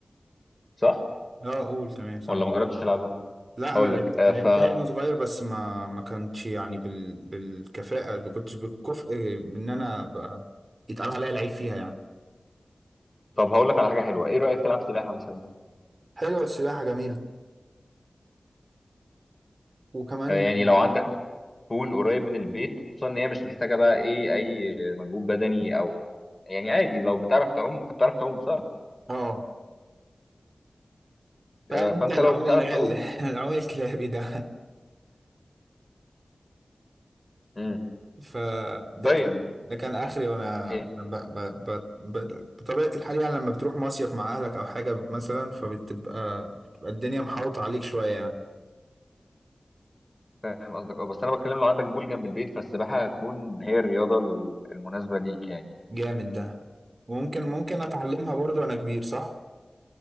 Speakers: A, on the left; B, on the right.
A: صح
B: اه قول تمام سامع
A: ولا ما جربتش تلعبها
B: لا
A: هقول
B: انا لعبت
A: لك آه
B: لعبتها
A: ف
B: وانا صغير بس ما ما كانتش يعني بال... بالكفاءه ما كنتش بالكفء ان انا ابقى يتقال عليا لعيب فيها يعني
A: طب هقول لك على حاجة حلوة ايه رأيك تلعب سباحة مثلا
B: حلوة السباحة جميلة وكمان
A: آه يعني لو عندك بول قريب من البيت خصوصا ان هي مش محتاجه بقى ايه اي مجهود بدني او يعني عادي لو بتعرف تعوم انت بتعرف تعوم صح
B: اه فاهم
A: آه، فانت
B: انت العوم
A: لو بتعرف
B: اللي هي
A: تعوم
B: ال- <laughs> العوم الكلابي ده
A: مم.
B: <laughs> فده
A: طيب
B: كان ده كان اخري وانا
A: إيه،
B: وانا ب... ب... ب... ب... بطبيعه الحال يعني لما بتروح مصيف مع اهلك او حاجه مثلا فبتبقى بتبقى الدنيا محاوطه عليك شويه يعني.
A: فاهم قصدك اه بس انا بتكلم لو عندك بول جنب البيت فالسباحه هتكون هي الرياضه ال- المناسبه ليك يعني
B: جامد ده وممكن ممكن اتعلمها برضو وانا كبير صح